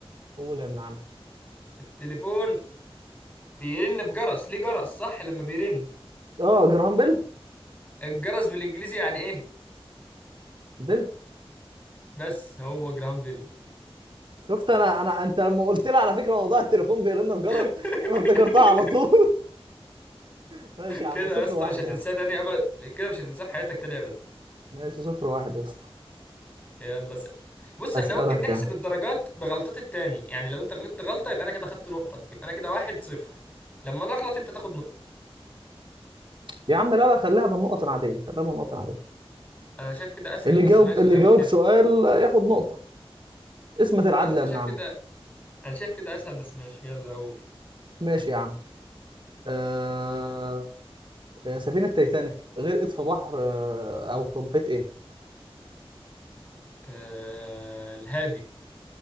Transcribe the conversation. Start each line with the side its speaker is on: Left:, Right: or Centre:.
Right: قول يا ابن عم
Left: التليفون بيرن بجرس ليه جرس صح لما بيرن
Right: اه جراهام بيل
Left: الجرس بالانجليزي يعني ايه
Right: بيل
Left: بس هو جرام بيل
Right: شفت انا انا انت لما قلت لي على فكره موضوع التليفون بيرن في
Left: <laughs>
Right: جرس انا افتكرتها على طول <laughs> ماشي يا عم
Left: كده
Right: صفر
Left: يا اسطى
Right: واحد
Left: مش هتنساه
Right: يا عم
Left: تاني ابدا كده مش هتنساه في حياتك تاني ابدا
Right: ماشي صفر واحد يا اسطى
Left: يلا سأل. بص
Right: هسألك
Left: احنا ممكن نحسب
Right: يا عم
Left: الدرجات بغلطات التاني يعني لو انت غلطت غلطه يبقى انا كده خدت نقطه يبقى انا كده واحد صفر لما انا اغلط انت تاخد نقطه
Right: يا عم لا لا خليها بالنقط العادية خليها بالنقط العادية
Left: انا شايف كده اسهل
Right: اللي
Left: بس
Right: جاوب
Left: ماشي
Right: اللي
Left: زي
Right: جاوب
Left: ما تحب
Right: سؤال ياخد نقطة اسمة
Left: انا
Right: العدل يا ابن
Left: شايف
Right: عم
Left: كده انا شايف كده اسهل بس ماشي يلا اقول
Right: ماشي يا عم آه... آه، سفينة تايتانيك غرقت في بحر آه، أو في محيط إيه؟
Left: آه الهادي